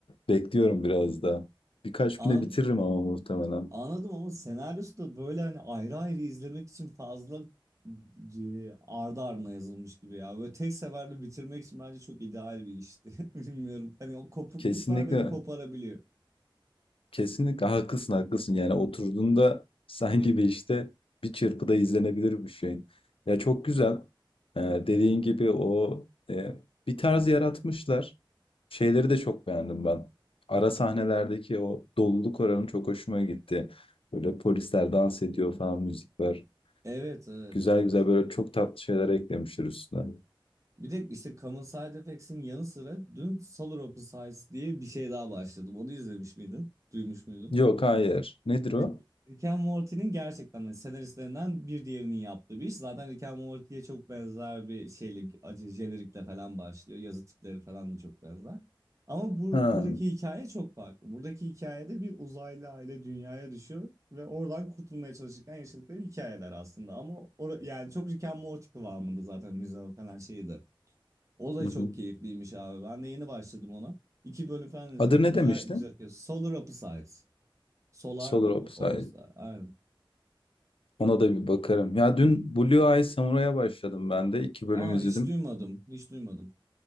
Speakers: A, on the left; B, on the right.
A: bekliyorum biraz daha. Birkaç
B: An
A: güne bitiririm ama muhtemelen.
B: Anladım ama senaryosu da böyle hani ayrı ayrı izlemek için fazla e, ardı ardına yazılmış gibi ya. Böyle tek seferde bitirmek için bence çok ideal bir işti. <laughs> Bilmiyorum. Hani o kopukluklar
A: Kesinlikle
B: beni koparabiliyor.
A: Kesinlikle haklısın, haklısın. Yani oturduğunda <laughs> sanki
B: <laughs>
A: bir işte bir çırpıda izlenebilir bir şey. Ya çok güzel. Ee, dediğin gibi o e, bir tarz yaratmışlar. Şeyleri de çok beğendim ben. Ara sahnelerdeki o doluluk oranı çok hoşuma gitti. Böyle polisler dans ediyor falan müzik var.
B: Evet evet
A: Güzel
B: evet.
A: güzel böyle çok tatlı şeyler eklemişler üstüne.
B: Bir de işte Common Side Effects'in yanı sıra dün Solar Opposites diye bir şey daha başladım. Onu izlemiş miydin? Duymuş muydun?
A: Yok hayır. Nedir o?
B: Rick Rick and Morty'nin gerçekten hani senaristlerinden bir diğerinin yaptığı bir iş. Zaten Rick and Morty'ye çok benzer bir şeyle, acı jenerikle falan başlıyor. Yazı tipleri falan da çok benzer. Ama bu,
A: Ha.
B: buradaki hikaye çok farklı. Buradaki hikayede bir uzaylı aile dünyaya düşüyor ve oradan kurtulmaya çalışırken yaşadıkları hikayeler aslında. Ama or yani çok Rick and Morty kıvamında zaten müze falan şeydi. O da
A: Hı
B: çok
A: hı.
B: keyifliymiş abi. Ben de yeni başladım ona. İki bölüm falan izledim.
A: Adı ne
B: Güzel
A: demiştin?
B: güzel. Solar Opposites. Solar
A: Solar
B: op-
A: Opposite.
B: Opposite. Aynen.
A: Ona da bir bakarım. Ya dün Blue Eye Samurai'a başladım ben de. İki bölüm
B: Aa
A: izledim.
B: hiç duymadım. Hiç duymadım.